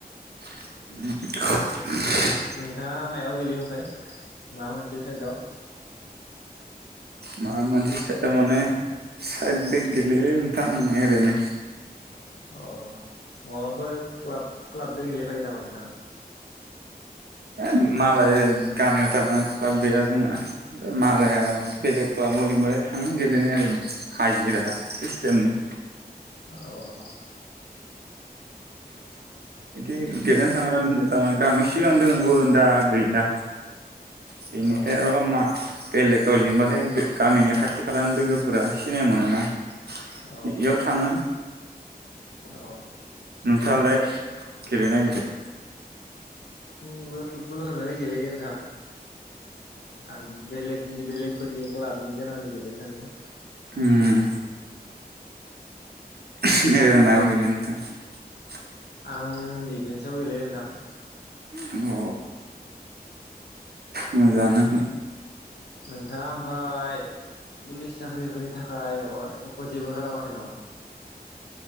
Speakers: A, on the right (about 75°); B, on the left (about 85°).
A: थ <unintelligible>
B: नोंथांड़ा मायाव गेलेयो ओमफ्राय माबा मोनसे साइदआव
A: मा मोनसे साइदाव माने साइदजों गैयालै नोंथां आं ओरैनो
B: अ माबाफोर क्लाब क्लाबजों गेलेखायो नामा नोंथाङा
A: ए मालाय गामियाव थारमाने क्लाब गैया जोंहा मालाया बेलेग क्लाब ह लिंबारै थाङो गेलेनाय आरो हाजिरा सिस्टेमनि
B: औ
A: बिदि देरनो थाङाब थारमा गामियाव सिगां दोङबो दा गैला बेनिखाय
B: अ
A: आरो' मा बेलेगाव लिंबथाय गामिनि खाथि खालानि लोगोफोरा सिनाय मोनोना
B: अ
A: बेयाव थाङो
B: अ
A: नोंथाङालाय गेलेयो ना गेलेया
B: आंबो फुटबल होनो गेलेयो नोंथां आं बेलगनि बेलग फोरनि क्लाबनि जानानै गेलेनो थांङो।
A: उम <unintelligible> <unintelligible>
B: आं दिडिफेन्सआव गेलेयो नोंथां
A: अ मोजांयानो
B: नोंथांङा ओमफ्राय पुलिस साख्रिफोरनि थाखाय माबा एख' जेबो खालामाखै नामा?